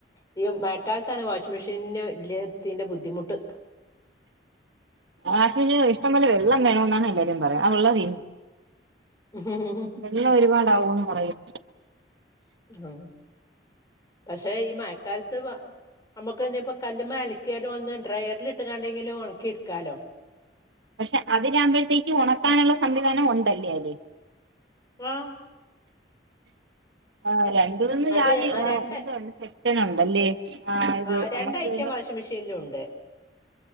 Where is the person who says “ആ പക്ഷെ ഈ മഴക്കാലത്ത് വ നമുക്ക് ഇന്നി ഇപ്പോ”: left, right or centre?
Left